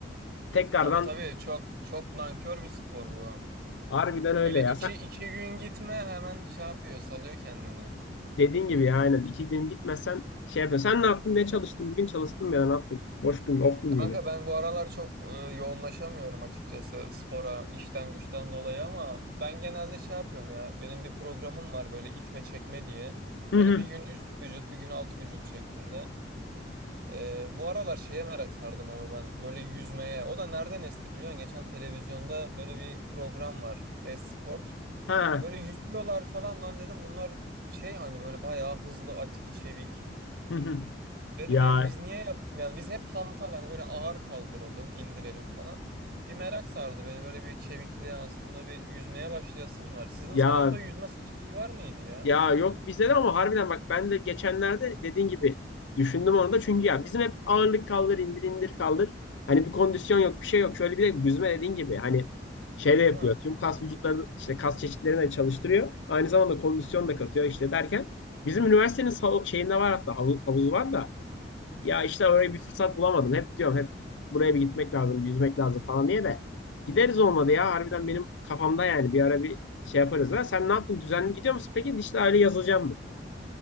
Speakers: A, on the left (about 80°); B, on the right (about 60°).
A: tekrardan
B: Tabii tabii çok çok nankör bir spor bu.
A: harbiden öyle
B: Öyle
A: ya.
B: iki,
A: Sen
B: iki gün gitme hemen şey yapıyor salıyor kendini.
A: Dediğin gibi ya, aynen. İki gün gitmezsen şey yapma. Sen ne yaptın? Ne çalıştın? Bugün çalıştın mı ya? da Ne yaptın? Boş gün mü? Off gün
B: Kanka
A: müydü?
B: ben bu aralar çok e, yoğunlaşamıyorum açıkçası spora işten güçten dolayı ama ben genelde şey yapıyorum ya benim bir programım var böyle itme çekme diye. Hani
A: Hı hı.
B: bir gün üst vücut bir gün alt vücut şeklinde. Ee, bu aralar şeye merak sardım ama ben böyle yüzmeye. O da nereden esti biliyorsun? Geçen televizyonda böyle bir program var. Esport.
A: Ha.
B: Böyle yüzüyorlar falan lan dedim. Bunlar şey hani böyle bayağı hızlı, atik, çevik.
A: Hı hı.
B: Dedim
A: Ya
B: yani biz niye yapmayalım? Biz hep hantal hani böyle ağır kaldıralım, indirelim falan. Bir merak sardı beni böyle bir çevikliğe aslında bir yüzmeye başlayasım var. Sizin
A: ya
B: salonda yüzme şeyi var mıydı ya
A: ya
B: havuzu?
A: yok bizde de ama harbiden bak ben de geçenlerde dediğin gibi düşündüm onu da çünkü ya bizim hep ağırlık kaldır indir indir kaldır. Hani bir kondisyon yok bir şey yok. Şöyle bir de yüzme dediğin gibi hani şey
B: Değil
A: de yapıyor.
B: mi?
A: Tüm kas vücutları işte kas çeşitlerini de çalıştırıyor. Aynı zamanda kondisyon da katıyor işte derken. Bizim üniversitenin sal- şeyinde var hatta havu- havuzu var da. Ya işte oraya bir fırsat bulamadım. Hep diyorum hep buraya bir gitmek lazım, bir yüzmek lazım falan diye de. Gideriz olmadı ya. Harbiden benim kafamda yani bir ara bir şey yaparız ha. Sen ne yaptın? Düzenli gidiyor musun? Peki dijital aile yazılacağım mı?